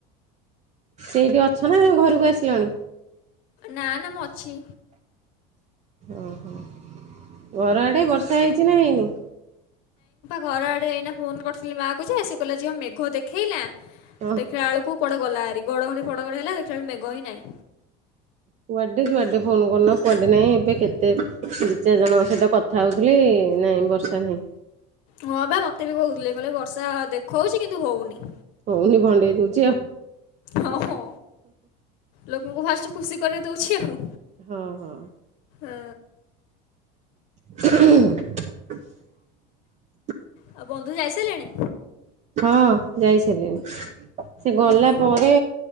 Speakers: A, on the right; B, on the left.
A: ସେଇଠି ଅଛ ନା ଘରକୁ ଆସିଲାଣି?
B: ନା ନା ମୁଁ ଅଛି।
A: ଓହୋ ଘର ଆଡେ ବର୍ଷା ହେଇଚି ନା ହେଇନି?
B: ଘର ଆଡ଼େ ଏଇନା ଫୋନ୍ କରିଥିଲି ମାଆକୁ କହୁଚି ପା ଝିଅ ମେଘ ଦେଖେଇଲା
A: ହଁ
B: ଦେଖିଲା ବେଳକୁ କୁଆଡେ ଗଲା ହରି ଘଡ଼ଘଡ଼ି ଫଡ଼ଘଡ଼ି ହେଲା ଦେଖିଲା ବେଳକୁ ମେଘ ହିଁ ନାହିଁ।
A: କୁଆଡେ କୁଆଡେ ଫୋନ କରୁନ, କୁଆଡେ ନାଇଁ ଏବେ କେତେ ଦି ଚାରି ଜଣଙ୍କ ସହିତ କଥା ହଉ ଥିଲି ନାଇଁ ବର୍ଷା ନାହିଁ।
B: ହଁ ପା ମତେ ବି କହୁଥିଲେ, କହିଲେ ବର୍ଷା ଦେଖଉଚି କିନ୍ତୁ ହଉନି।
A: ହଉନି ଭଣ୍ଡେଇ ଦଉଚି ଆଉ।
B: ହଁ ହଁ ଲୋକଙ୍କୁ ଫାଷ୍ଟ ଖୁସି କରେଇଦଉଚି ଆଉ।
A: ହଁ ହଁ।
B: ଏ
A: <inaudible>
B: ଆଉ ବନ୍ଧୁ ଯାଇସାରିଲେଣି
A: ହଁ ଯାଇ ସାରିଲିଣି ସେ
B: ହଁ
A: ଗଲା
B: ହଁ
A: ପରେ